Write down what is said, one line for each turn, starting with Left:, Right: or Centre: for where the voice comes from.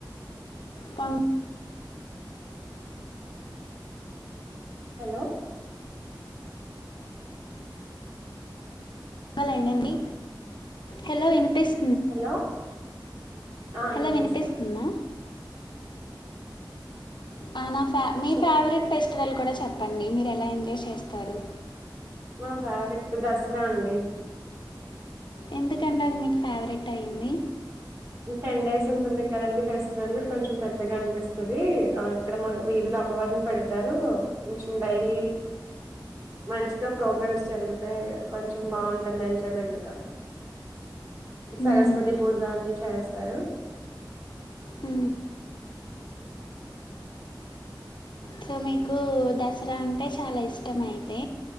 Left: పం
Right: హలో
Left: బంగాలండండి హలో వినిపిస్
Right: హలో ఆ
Left: హలో
Right: వినిపిస్తా
Left: వినిపిస్తుందా ఆనా ఫే మీ
Right: చెప్
Left: ఫేవరెట్ ఫెస్టివల్ కూడా చెప్ ప్పండి మీరు ఎలా ఎంజాయ్ చేస్తారు.
Right: మా ఫేవరెట్ దసరా అండి.
Left: ఎందుకండి అది మీకు ఫేవరెట్ అయ్యింది.
Right: టెన్ డేస్ ఉంటుంది కదండి ఫెస్టివల్ కొంచెం పెద్దగా అనిపిస్తది, ఆ ఇక్కడ మా వీధులొ అమ్మవారిని పెడతారు కొంచెం డైలీ, మంచిగ ప్రోగ్రామ్స్ జరుగుతాయ్ కొంచెం బావుంటుంది ఎంజాయ్ మెండుగ సరస్వతి
Left: మ్మ్.
Right: పూజాన్ని చేస్తారు.
Left: ఉ సో మీకు దసరా అంటే చాలా ఇష్టంమైతే